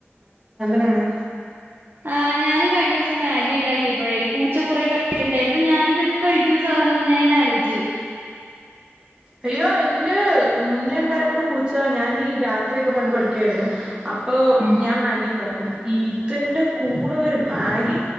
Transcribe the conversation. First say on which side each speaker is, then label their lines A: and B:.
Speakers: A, on the right; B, on the right.
A: ആണാ
B: ആ ഞാനും കഴിഞ്ഞ ദിവസം മാഗിണ്ടാക്കിയപ്പോഴേ പൂ ച്ച കുറേ കഴിക്കണ്ടായി അപ്പൊ ഞാൻ ഇതൊക്കെ കഴിക്കാേ ഈ സാധനംന്ന് ഞാൻ ഇങ്ങനെ ആലോചിച്ചു
A: അയ്യോ എന്റെ മുന്നേ ഉണ്ടായിരുന്ന പൂച്ച ഞാനീ രാത്രിയൊക്കെ പണ്ട് പഠിക്കുവായിര്ന്ന് അപ്പോ
B: ഉം
A: ഞാൻ മാഗീണ്ടാക്കും ഇതെന്റെ കൂടെ വരും മാഗി